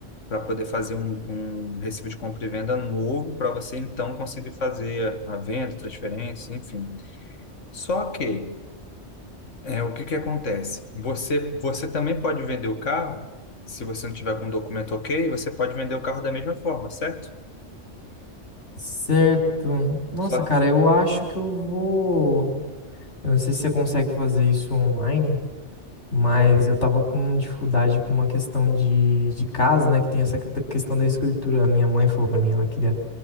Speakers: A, on the left (about 80°); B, on the left (about 65°).
A: para poder fazer um, um recibo de compra e venda novo, para você então conseguir fazer a venda, transferência, enfim. Só que, é, o que que acontece? Você, você também pode vender o carro, se você não tiver com o documento ok, você pode vender o carro da mesma forma, certo?
B: Certo. Nossa,
A: Só,
B: cara, eu acho que eu vou. Eu não sei se você consegue fazer isso online, mas eu tava com dificuldade com uma questão de, de casa, né? Que tem essa que- questão da escritura. A minha mãe falou pra mim, ela queria